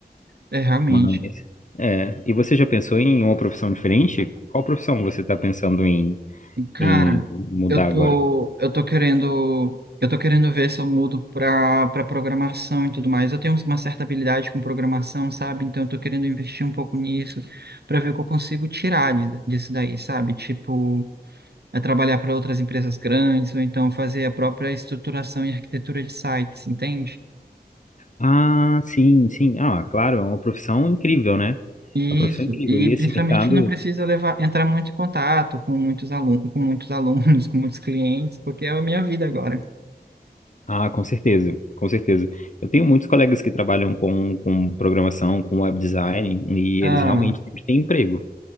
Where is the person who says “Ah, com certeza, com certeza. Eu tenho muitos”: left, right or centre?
Left